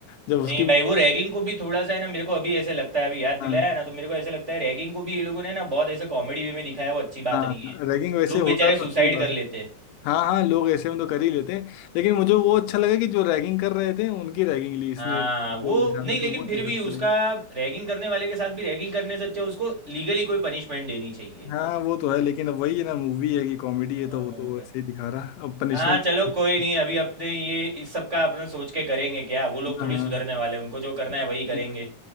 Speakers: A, on the left (about 85°); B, on the right (about 20°).
A: जब
B: नहीं
A: उसकी
B: भाई वो रैगिंग को भी थोड़ा सा है ना मेरे को अभी ऐसे लगता है अभी याद
A: हाँ
B: दिलाया ना तो मेरे को ऐसे लगता है रैगिंग को भी ये लोगों ने ना बहुत ऐसे कॉमेडी वे में दिखाया वो अच्छी बात
A: हाँ
B: नहीं है
A: रैगिंग वैसे
B: लोग
A: होता
B: बेचारे
A: तो
B: सुसाइड
A: सही बात
B: कर लेते
A: है हाँ हाँ लोग ऐसे में तो कर ही लेते हैं लेकिन मुझे वो अच्छा लगा कि जो रैगिंग कर रहे थे उनकी रैगिंग ली इसने
B: हाँ
A: लोगों
B: वो
A: के सामने
B: नहीं लेकिन
A: तो वो
B: फिर
A: चीज़
B: भी
A: अच्छी
B: उसका
A: लगी
B: रैगिंग करने वाले के साथ भी रैगिंग करने से अच्छा उसको लीगली कोई पनिशमेंट देनी चाहिए
A: हाँ वो तो है लेकिन अब वही है ना मूवी है कि कॉमेडी है
B: हाँ
A: तो वो तो
B: भाई।
A: ऐसे ही दिखा रहा अब पनिशमेंट
B: हाँ, चलो कोई
A: <laughs>
B: नहीं अभी अपने ये इस सब का अपने सोच के करेंगे क्या वो लोग थोड़ी
A: हाँ
B: सुधरने वाले हैं उनको जो करना है
A: हाँ
B: वही करेंगे